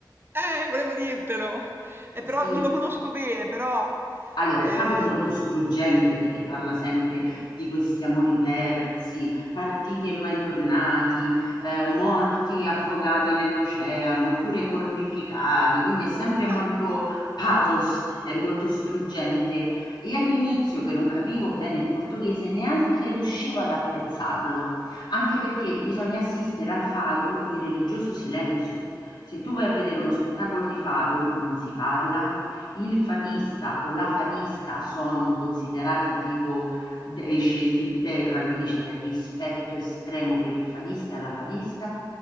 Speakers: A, on the right; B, on the left.
A: Eh, volevo dirtelo. Eh, però
B: Sì,
A: non lo conosco bene, però,
B: Allora,
A: ehm
B: il fado è molto struggente perché parla sempre di questi amori persi, partiti e mai tornati, ehm, morti affogati nell'oceano oppure cornificati, quindi è sempre molto
A: Ah,
B: pathos, è molto struggente. E all'inizio, che non capivo bene il portoghese, neanche riuscivo ad apprezzarlo, anche perché bisogna assistere al fado in religioso silenzio. Se tu vai a vedere uno spettacolo di fado, non si parla, il fadista o la fadista sono considerati tipo dei scesi in terra, quindi c'è rispetto estremo per il fadista e la fadista